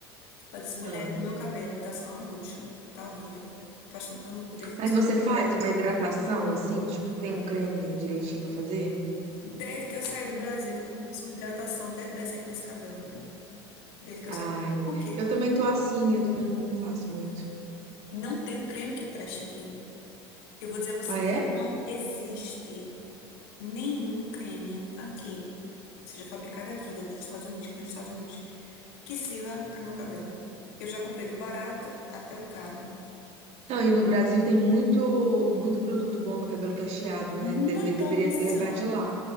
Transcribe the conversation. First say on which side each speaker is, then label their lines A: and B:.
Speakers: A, on the left (about 70°); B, on the right (about 50°).
A: Eu disse, mulher,
B: Ah.
A: o meu cabelo tá só uma bucha, tá horrível. Faz tempo que eu não cuido. Desde que
B: Mas
A: eu, sa-
B: você faz uma hidratação, assim, tipo, tem um creme direitinho pra fazer?
A: desde que eu saí do Brasil, que eu não faço uma hidratação de- decente nesse cabelo, mulher. Desde que
B: Ai,
A: eu saí. Por quê?
B: eu também tô assim, eu também não faço muito.
A: Não tem creme que preste aqui. Eu vou dizer a você,
B: Ah, é?
A: não existe nenhum creme aqui, seja fabricado aqui ou dos Estados Unidos, que vem dos Estados Unidos, que sirva para o meu cabelo. Eu já comprei do barato até o caro.
B: Não, e no Brasil tem muito, muito produto bom para cabelo cacheado, né?
A: Muita
B: Deve- deveria
A: opção,
B: levar de lá.